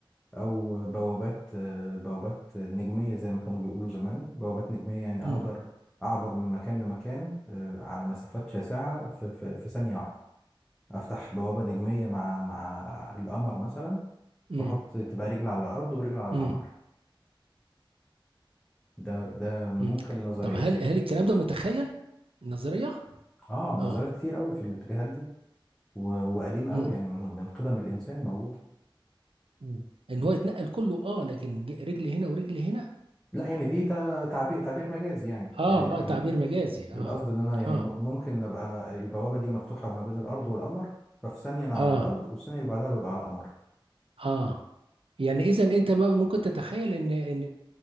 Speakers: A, in the centre; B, on the right.
A: او بوابات آه، بوابات نجميه زي ما كانوا بيقولوا زمان بوابات نجميه يعني اقدر
B: مم.
A: اعبر من مكان لمكان آه، على مسافات شاسعه في, في, في ثانيه واحده افتح بوابه نجميه مع مع القمر مثلا
B: مم.
A: واحط تبقى رجل على الارض ورجل على
B: مم.
A: القمر ده ده ممكن
B: مم.
A: نظريا
B: طب هل هل الكلام ده متخيل النظرية؟
A: اه نظريات
B: اه
A: كتير قوي في الاتجاهات دي و- وقديمه
B: مم.
A: قوي يعني من من قدم الانسان موجوده
B: مم. ان هو يتنقل كله اه لكن ج- رجل هنا ورجل هنا
A: لا يعني دي ده تعبير تعبير مجازي يعني
B: اه
A: يعني ال-
B: اه
A: ال-
B: تعبير مجازي اه
A: القصد ان انا يعني
B: اه
A: ممكن ابقى البوابه دي مفتوحه ما بين الارض والقمر ففي ثانيه انا
B: اه
A: على الارض والثانيه اللي بعدها ببقى على القمر
B: اه يعني اذا انت ما- ممكن تتخيل ان ان